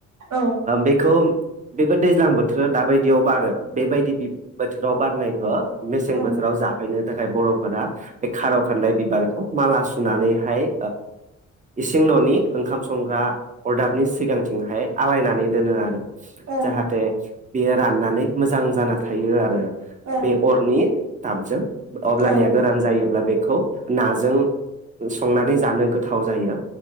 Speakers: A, on the right (about 65°); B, on the right (about 25°).
A: औ
B: बेखौ बेबो दैज्लांबो बोथोर दााबायदियाव बारो बेबायदि बोथोराव बारनायखौ मेसें
A: औ
B: बोथोराव जाहैनो बर'फोरा बे खार'
A: औ
B: खान्दाय बिबार माला सुनानैहाय इसिं न'नि ओंखाम संग्रा अरदाबनि सिगांथिंहाय आलायनानै दोनो आरो
A: औ
B: जाहाथे बेयो राननानै मोजां जाना थायो आरो
A: औ
B: बे अरनि दाबजों अब्लानिया
A: औ
B: गोरान जायोब्ला बेखौ नाजों संनानै जानो गोथाव जायो।